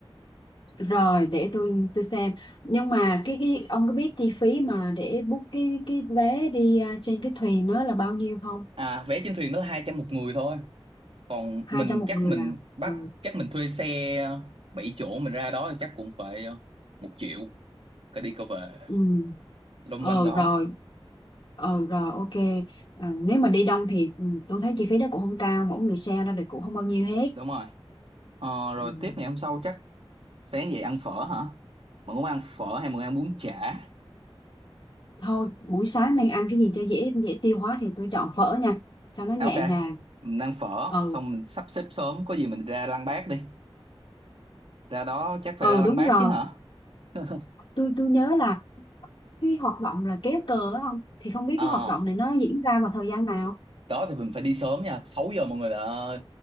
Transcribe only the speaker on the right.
à vé trên thuyền đó là 200 một người thôi còn
mình
chắc
mình
bắt
chắc mình thuê xe 7 chỗ mình ra đó thì chắc cũng phải một triệu cái đi cái về
Lông
quanh đó
đúng rồi ờ, rồi
tiếp ngày hôm sau chắc sáng dậy ăn phở hả mình muốn ăn phở hay mình ăn bún chả
À, ok
mình ăn phở
xong mình sắp xếp sớm có gì mình ra Lăng Bác đi ra đó chắc phải
ra Lăng
Bác
chứ hả <laughs>
ờ
đó thì mình phải đi sớm nha 6 giờ mọi người đã